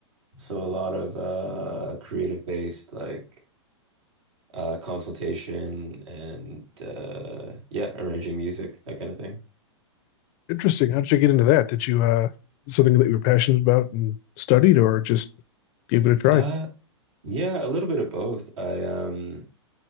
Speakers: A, on the right; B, on the left.
A: So a lot of uh, creative based like uh, consultation and uh, yeah, arranging music, that kind of thing.
B: Interesting. How did you get into that? Did you uh something that you were passionate about and studied or just gave it a try?
A: Uh, yeah, a little bit of both. I um